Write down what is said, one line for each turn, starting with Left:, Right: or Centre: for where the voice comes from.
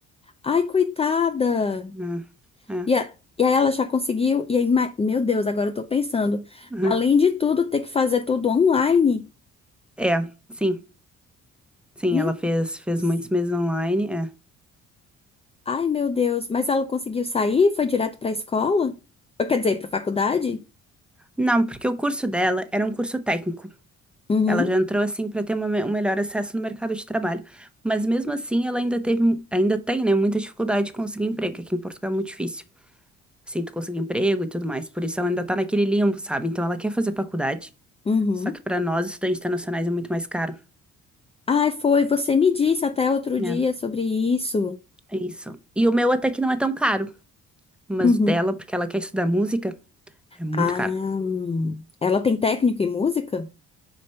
Left: Ai, coitada!
Centre: né? É,
Left: E, a- e aí ela já conseguiu, e aí, ma- meu Deus, agora eu tô pensando,
Centre: uhum.
Left: além de tudo, ter que fazer tudo online.
Centre: É, sim. Sim,
Left: Meu
Centre: ela fez, fez
Left: Deus.
Centre: muitos meses online. É.
Left: Ai, meu Deus. Mas ela conseguiu sair? Foi direto pra escola? Ou, Quer dizer, pra faculdade?
Centre: Não, porque o curso dela era um curso técnico.
Left: Uhum,
Centre: Ela já entrou assim para ter uma me- um melhor acesso no mercado de trabalho. Mas mesmo assim, ela ainda teve, mu- ainda tem, né, muita dificuldade de conseguir emprego, que aqui em Portugal é muito difícil. Assim, tu conseguir emprego e tudo mais. Por isso ela ainda tá naquele limbo, sabe? Então ela quer fazer faculdade,
Left: uhum.
Centre: só que para nós, estudantes internacionais, é muito mais caro.
Left: Ai, foi. Você me disse até outro
Centre: É,
Left: dia sobre isso.
Centre: é isso. E o meu até que não é tão caro, mas
Left: Uhum.
Centre: o dela, porque ela quer estudar música, é muito
Left: Ah,
Centre: caro.
Left: hum. ela tem técnico em música?